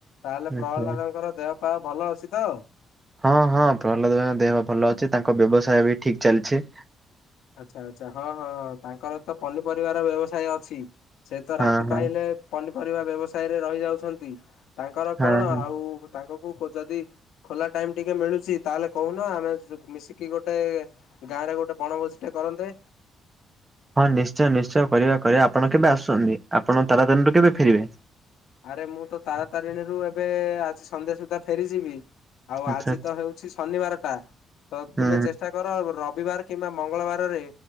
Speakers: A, on the left (about 85°); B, on the right (about 25°).
A: ତାହେଲେ
B: ଆଚ୍ଛା।
A: ପ୍ରହ୍ଲାଦ ବାବୁଙ୍କର ଦେହ ପାହା ଭଲ ଅଛି ତ?
B: ହଁ ହଁ ପ୍ରହ୍ଲାଦ ଭାଇଙ୍କ ଦେହ ଭଲ ଅଛି। ତାଙ୍କ ବ୍ୟବସାୟ ବି ଠିକ୍ ଚାଲିଛି।
A: ଆଚ୍ଛା ଆଚ୍ଛା ହଁ ହଁ ତାଙ୍କର ତ ପନିପରିବାର ବ୍ୟବସାୟ ଅଛି। ସେ ତ
B: ହଁ
A: ରାତି
B: ହଁ
A: ପାହିଲେ ପନିପରିବା ବ୍ୟବସାୟରେ ରହିଯାଉଛନ୍ତି। ତାଙ୍କର
B: ହଁ
A: କଣ?
B: ହଁ
A: ଆଉ ତାଙ୍କକୁ ଯଦି ଖୋଲା ଟାଇମ୍ ଟିକେ ମିଳୁଛି। ତାହେଲେ କହୁନ ଆମେ ମିଶିକି ଗୋଟାଏ ଗାଁ ରେ ଗୋଟେ ବଣଭୋଜି ଟିକେ କରନ୍ତେ।
B: ହଁ ନିଶ୍ଚୟ ନିଶ୍ଚୟ କରିବା କରିବା। ଆପଣ କେବେ ଆସୁଛନ୍ତି ଆପଣ ତାରାତାରଣୀରୁ କେବେ ଫେରିବେ?
A: ଆରେ ମୁଁ ତ ତାରାତାରିଣୀରୁ ଏବେ ଆଜି ସନ୍ଧ୍ୟା ସୁଦ୍ଧା ଫେରିଯିବି। ଆଉ
B: ଆଚ୍ଛା
A: ଆଜି ତ ହେଉଛି ଶନିବାର ଟା। ତ
B: ହୁଁ
A: ତୁମେ ଚେଷ୍ଟା କର୍ ତାଙ୍କର ରବିବାର କିମ୍ବା ମଙ୍ଗଳବାରରେ